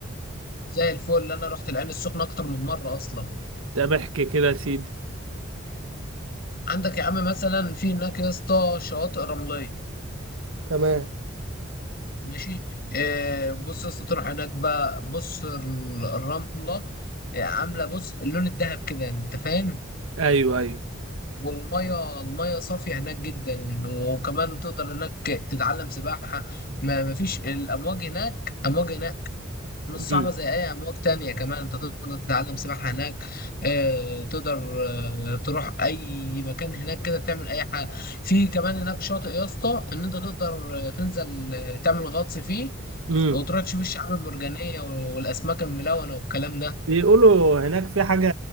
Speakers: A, on the left (about 50°); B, on the right (about 80°).
A: زي الفل انا رحت العين السخنه اكتر من مره اصلا
B: ده بحكي كده يا سيدي
A: عندك يا عم مثلا في هناك يا اسطى شواطئ رمليه
B: تمام
A: ماشي إيه بص يا اسطى تروح هناك بقى بص ال- الرمله آه، عامله بص اللون الذهب كده انت فاهم
B: ايوه ايوه
A: والمية المية صافية هناك جدا وكمان تقدر هناك تتعلم سباحة ما مفيش الأمواج هناك أمواج هناك مش
B: امم
A: صعبة زي أي أمواج تانية كمان أنت تقدر تتعلم سباحة هناك آه، تقدر آه، تروح أي مكان هناك كده تعمل أي حاجة في كمان هناك شاطئ يا اسطى إن أنت تقدر آه، تنزل آه، تعمل غطس فيه
B: إمم.
A: وتروح تشوف الشعاب المرجانية والأسماك الملونة والكلام ده
B: بيقولوا هناك في حاجة